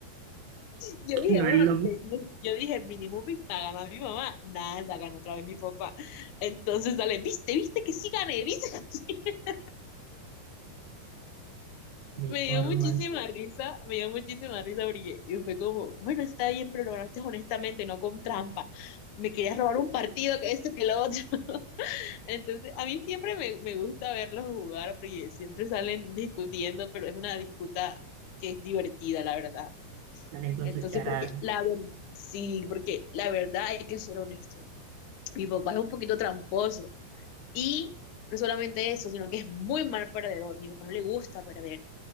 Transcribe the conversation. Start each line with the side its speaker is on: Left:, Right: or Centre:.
Right: <laughs>
Left: Yo
Right: que
Left: dije,
Right: no
Left: bueno,
Right: es lo mi
Left: le- yo dije, mínimo mi- va a ganar mi mamá. Nada, ganó otra vez mi papá. Entonces, dale, viste, viste que sí gané, viste. <laughs>
Right: mi
Left: Me
Right: forma.
Left: dio muchísima risa, me dio muchísima risa porque y fue como, bueno, está bien, pero lo ganaste honestamente, no con trampa. Me querías robar un partido, que esto, que lo otro. <laughs> Entonces, a mí siempre me, me gusta verlos jugar porque siempre salen discutiendo, pero es una disputa que es divertida, la verdad.
Right: Salen con
Left: Entonces,
Right: sus charadas.
Left: porque la verdad, sí, porque la verdad hay que ser honesto. Mi papá es un poquito tramposo y no solamente eso, sino que es muy mal perdedor. Mi papá no le gusta perder.